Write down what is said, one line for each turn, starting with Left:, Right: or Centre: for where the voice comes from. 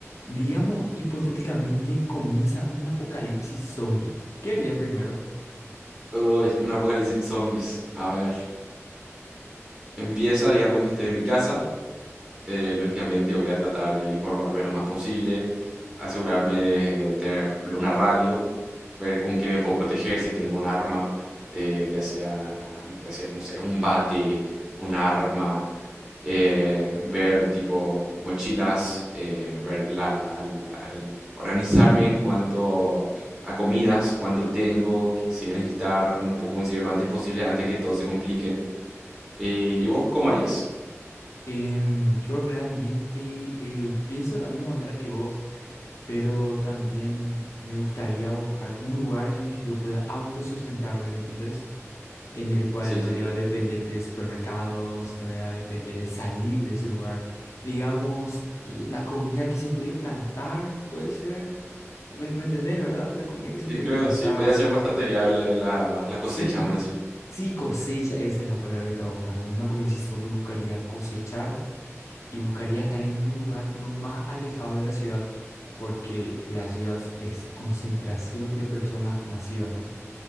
Left: Digamos, hipotéticamente comienza un apocalipsis zombie. ¿Qué harías primero?
Right: Uy, un apocalipsis zombies. A ver, empieza, digamos que estoy en mi casa, eh, lógicamente voy a tratar de informarme lo más posible, asegurarme de eh, tener, por ejemplo, una radio, ver con qué me puedo proteger si tengo un arma, eh, ya sea, puede ser, no sé, un bate, un arma, eh, ver tipo mochilas, eh, ver la, la- el- organizarme en cuanto a comidas, cuánto tengo, qué- si voy a necesitar, cómo puedo conseguirlo antes posible, antes que todo se complique. Eh, ¿y vos cómo harías?
Left: Em, yo realmente eh, pienso de la misma manera que vos, pero también me gustaría buscar un lugar en el que yo pueda autosustentarme, ¿me entendés? En el cual
Right: Sí,
Left: no
Right: sí.
Left: deba depender de supermercados, no deba depender de salir de ese lugar. Digamos, eh, la comida que se puede plantar, puede ser, ¿me, me entendés, verdad? La comida que se
Right: Sí,
Left: puede
Right: creo,
Left: plantar.
Right: sí, podía ser bastante viable la, la cosecha,
Left: Sí,
Right: vamos a decir.
Left: Sí, cosecha, esa es la palabra que estaba buscando. En un apocalipsis zombie buscaría cosechar y buscaría estar en un lugar lo más alejado de la ciudad, porque la ciudad es concentración de personas masivamente.